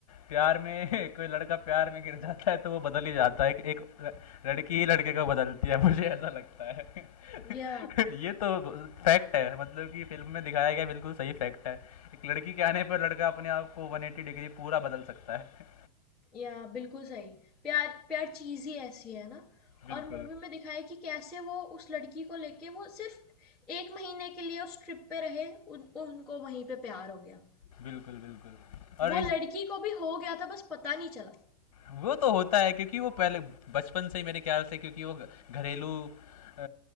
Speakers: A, on the left; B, in the centre.
A: प्यार में <laughs> कोई लड़का प्यार में गिर जाता है तो वो बदल ही जाता है एक एक लड़की ही लड़के को बदलती है मुझे ऐसा लगता है <laughs>
B: या
A: ये तो फैक्ट है मतलब कि फिल्म में दिखाया गया बिल्कुल सही फैक्ट है एक लड़की के आने पर लड़का अपने आप को 180 डिग्री पूरा बदल सकता है
B: या बिल्कुल सही। प्यार प्यार चीज़ ही ऐसी है ना
A: बिल्कुल
B: और मूवी में दिखाया है कि कैसे वो उस लड़की को लेके वो सिर्फ़ 1 महीने के लिए उस ट्रिप पे रहे, उन उनको वहीं पे प्यार हो गया।
A: बिल्कुल बिल्कुल और
B: वो
A: इस
B: लड़की को भी हो गया था बस पता नहीं चला।
A: वो तो होता है क्योंकि वो पहले बचपन से ही मेरे ख्याल से क्योंकि वो घ- घरेलू अ,